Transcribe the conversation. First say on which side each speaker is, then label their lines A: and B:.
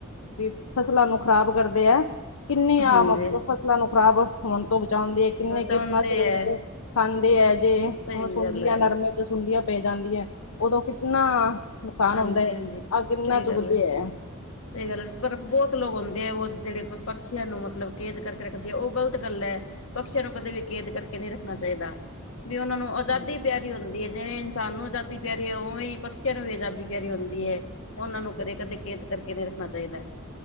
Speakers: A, on the left (about 85°); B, on the left (about 70°).
A: ਵੀ ਫਸਲਾਂ ਨੂੰ ਖ਼ਰਾਬ ਕਰਦੇ ਐ। ਕਿੰਨੀ ਆ
B: ਹਾਂਜੀ
A: ਮਤਲਬ ਫਸਲਾਂ ਨੂੰ ਖਰਾਬ ਹੋਣ ਤੋਂ ਬਚਾਉਣ ਦੀ ਐ ਕਿੰਨੇ
B: ਵਸਾਉਂਦੇ
A: ਕੀਟਨਾਸ਼ਕ
B: ਹੈ
A: ਖਾਂਦੇ ਐ ਜੇ ਹੁਣ
B: ਸਹੀ
A: ਸੁੰਡੀਆਂ
B: ਗੱਲ ਹੈ
A: ਨਰਮੇ ਚ ਸੁੰਡੀਆਂ ਪੈ ਜਾਂਦੀ ਐ ਉਦੋਂ ਕਿਤਨਾ ਨੁਕਸਾਨ
B: ਹਾਂਜੀ
A: ਹੁੰਦਾ ਹੈ,
B: ਹਾਂਜੀ
A: ਆਹ ਕਿੰਨਾ
B: ਸਹੀ
A: ਚੁੱਕਦੇ
B: ਗੱਲ ਹੈ
A: ਐ।
B: ਸਹੀ ਗੱਲ ਪਰ ਬਹੁਤ ਲੋਕ ਹੁੰਦੇ ਐ ਉਹ ਜਿਹੜੇ ਪਕਸ਼ੀਆਂ ਨੂੰ ਮਤਲਬ ਕੈਦ ਕਰਕੇ ਰੱਖਦੇ, ਓ ਗਲਤ ਗੱਲ ਐ। ਪਕਸ਼ੀਆਂ ਨੂੰ ਕਦੇ ਵੀ ਕੇੇਦ ਕਰਕੇ ਨਹੀਂ ਰੱਖਣਾ ਚਾਹੀਦਾ ਵੀ ਉਹਨਾਂ ਨੂੰ ਆਜ਼ਾਦੀ
A: ਹਾਂਜੀ।
B: ਪਿਆਰੀ ਹੁੰਦੀ ਐ, ਜਿਵੇਂ ਇਨਸਾਨ ਨੂੰ ਆਜ਼ਾਦੀ ਪਿਆਰੀ ਐ ਉਵੇਂ ਪਕਸੀਆਂ ਨੂੰ ਵੀ ਆਜ਼ਾਦੀ ਦੀ ਪਿਆਰੀ ਹੁੰਦੀ ਹੈ ਉਹਨਾਂ ਨੂੰ ਕਦੇ ਕਦੇ ਕੇਦ ਕਰਕੇ ਨਹੀਂ ਰੱਖਣਾ ਚਾਹੀਦਾ।